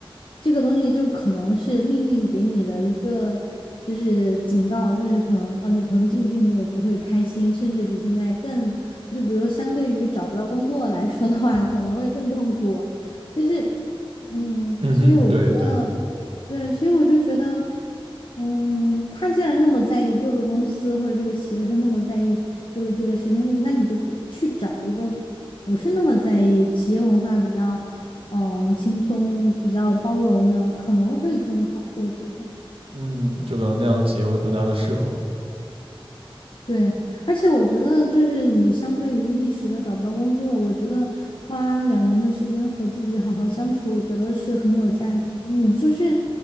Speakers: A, on the left; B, on the right.
A: 这个东西就可能是命运给你的一个就是警告，就是可能呃你可能进去你也不会开心，甚至比现在更就比如说相对于找不到工作来说的话，可能会更痛苦，就是嗯，
B: 嗯哼，
A: 所以我觉得对，
B: 对对，
A: 所以我就觉得。嗯，他既然那么在意这个公司或者这个企业，他那么在意就是这个事情，那你就不去找一个不是那么在意企业文化比较，嗯，轻松、比较包容的，可能会更好，我觉得。
B: 嗯，就可能那样的企业会更加的适合。
A: 对，而且我觉得，就是你相对于一时的找不到工作，我觉得花两年的时间和自己好好相处，我觉得是很有价值的。你就是